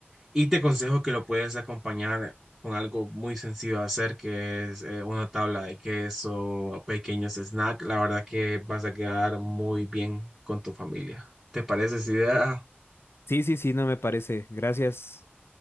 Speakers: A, in the centre; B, on the left (about 75°).
A: Y te aconsejo que lo puedes acompañar con algo muy sencillo de hacer, que es eh, una tabla de queso, pequeños snacks. La verdad que vas a quedar muy bien con tu familia. ¿Te parece esa idea?
B: Sí, sí, sí, no me parece. Gracias.